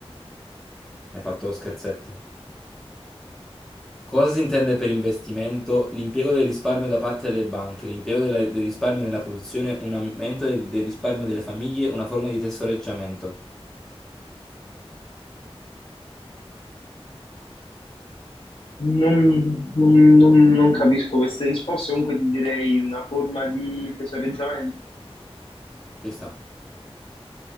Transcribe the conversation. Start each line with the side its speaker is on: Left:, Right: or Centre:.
Centre: Hai fatto lo scherzetto. Cosa si intende per investimento? L'impiego del risparmio da parte delle banche, l'impiego della- del risparmio nella produzione, un aumento del, del risparmio delle famiglie, una forma di tesoreggiamento.
Left: Non, non- non- non capisco queste risposte, comunque ti direi una forma di tesoreggiamento.
Centre: Ci sta.